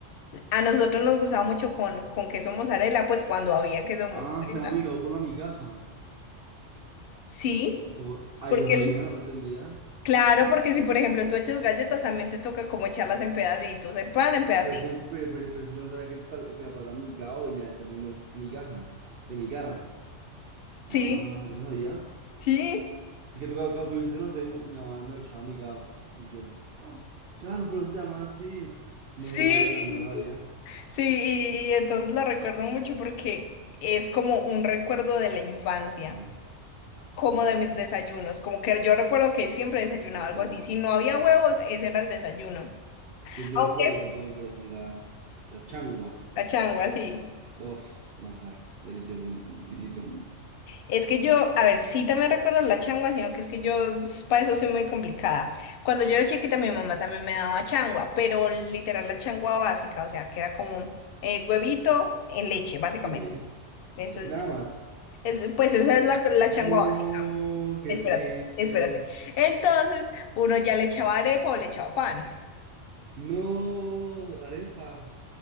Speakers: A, on the left (about 55°); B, on the right (about 55°).
A: A nosotros nos gustaba mucho con, con queso mozzarella, pues cuando había queso
B: Ah,
A: mozzarella.
B: se llama migao por la migaja.
A: Sí,
B: o por- Ah,
A: porque
B: yo no sabía,
A: el-
B: no entendía.
A: claro, porque si por ejemplo tú echas galletas, también te toca como echarlas en pedacitos, el pan en pedacitos.
B: Pero es que, pero, pero- pero es que yo no sabía que, el pal- que la palabra migao venía del término migaja, de migar. Ah,
A: Sí,
B: yo no sabía.
A: sí,
B: Que, que tú, cuando tú dices, no, te, mi, mi mamá me lo echaba amigado. Y yo, claro, por eso se llama así.
A: sí.
B: No, no sabía, no, no lo sabía.
A: Sí, y, y entonces lo recuerdo mucho porque es como un recuerdo de la infancia.
B: Ajá,
A: como de mis desayunos, como que yo recuerdo que siempre desayunaba
B: entiendo.
A: algo así, si no había huevos, ese era el desayuno,
B: Yo, yo
A: aunque
B: recuerdo con todo mi corazón la, la changua.
A: la changua, sí.
B: Uf, manjar, delicioso, exquisito.
A: Es que yo, a ver, sí también recuerdo la changua, sino que es que yo s- para eso soy muy complicada. Cuando yo era chiquita, mi mamá también me daba changua, pero literal la changua básica, o sea, que era como eh, huevito en leche, básicamente.
B: Sí,
A: Eso es,
B: y nada más.
A: es- pues esa es la, la
B: No,
A: changua básica.
B: qué
A: Espérate,
B: triste.
A: espérate. Entonces, uno ya le echaba arepa o le echaba pan.
B: No, arepa.